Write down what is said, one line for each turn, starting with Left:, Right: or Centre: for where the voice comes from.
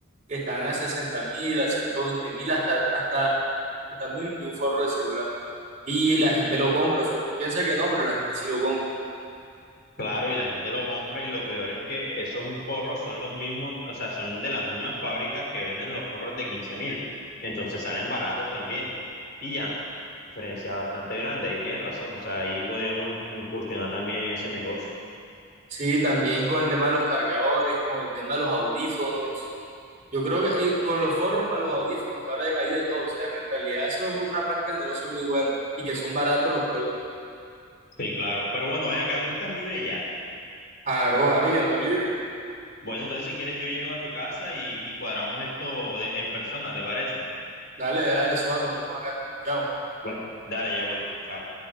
Right: que están a sesenta mil, a ciento veinte mil, hasta, hasta cincuenta mil vi un forro de celular. Y la gente lo compra, o sea, uno piensa que no, pero la gente sí lo compra.
Left: Claro, y la gente lo compra y lo peor es que esos forros son los mismos, o sea, son de las mismas fábricas que venden los forros de quince mil. Entonces salen baratos también. Y ya una diferencia bastante grande, ahí tienes razón. O sea, ahí podríamos incursionar también en ese negocio.
Right: Sí, también con el tema de los cargadores, con el tema de los audífonos. Yo creo que eh, con los forros para los audífonos, que ahora hay de todo, o sea, en realidad eso es otra parte del negocio muy buena y que son baratos los productos.
Left: Sí, claro. Pero bueno, ven acá, tú estás libre ya.
Right: Aro, aro, y ando libre.
Left: Bueno, entonces si quieres yo llego a tu casa y, y cuadramos esto de- en persona, ¿te parece?
Right: Dale, dale, Suba, nos vemos acá. Chao.
Left: Bueno. Dale, ya voy. Chao.